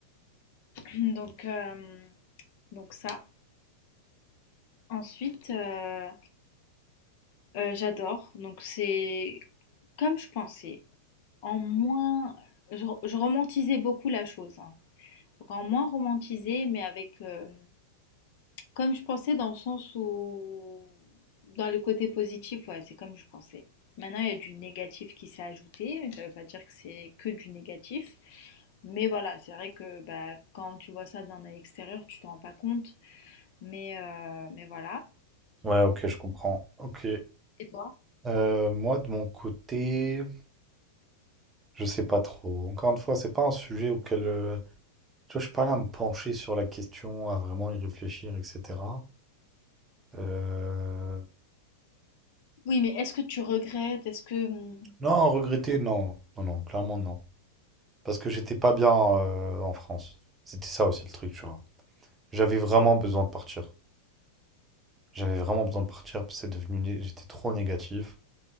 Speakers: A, on the left; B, on the right.
A: <clears throat> donc, euh, donc ça. Ensuite, euh, euh, j'adore. Donc c'est comme je pensais. En moins, je, je romantisais beaucoup la chose. hein. Donc en moins romantisé, mais avec euh, comme je pensais dans le sens où dans les côtés positifs, ouais, c'est comme je pensais. Maintenant, il y a du négatif qui s'est ajouté, mais ça ne veut pas dire que c'est que du négatif. Mais voilà, c'est vrai que bah, quand tu vois ça d'un œil extérieur, tu t'en rends pas compte. Mais, euh, mais voilà.
B: Ouais, ok, je comprends. Ok.
A: Et toi?
B: Euh, moi, de mon côté, je sais pas trop. Encore une fois, c'est pas un sujet auquel euh, tu vois, je suis pas là à me pencher sur la question, à vraiment y réfléchir, etc. Euh,
A: Oui, mais est-ce que tu regrettes? Est-ce que... hum,
B: Non, regretter, non, non, non, clairement non. Parce que j'étais pas bien euh, en France. C'était ça aussi le truc, tu vois. J'avais vraiment besoin de partir. J'avais vraiment besoin de partir parce que c'est devenu... né- J'étais trop négatif.